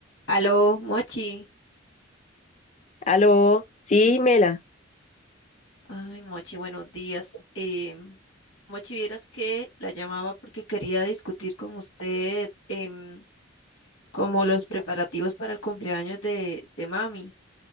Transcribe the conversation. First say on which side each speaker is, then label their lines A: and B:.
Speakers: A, on the left; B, on the left.
A: Aló, Mochi.
B: Aló, sí, Mela,
A: Ay, Mochi, buenos días. Em, Mochi, vieras que la llamaba porque quería discutir con usted em, como los preparativos para el cumpleaños de, de mami.